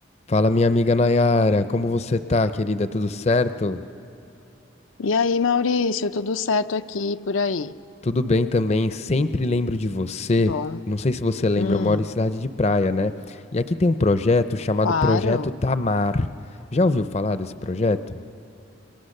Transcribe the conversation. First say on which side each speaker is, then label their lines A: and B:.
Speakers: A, on the left; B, on the left.
A: Fala, minha amiga Nayara, como você tá, querida? Tudo certo?
B: E aí, Maurício, tudo certo aqui e por aí?
A: Tudo bem também, sempre lembro de você.
B: Que bom.
A: Não sei se você lembra,
B: Hum,
A: eu moro em cidade de praia, né? E aqui tem um projeto chamado
B: claro.
A: Projeto Tamar. Já ouviu falar desse projeto?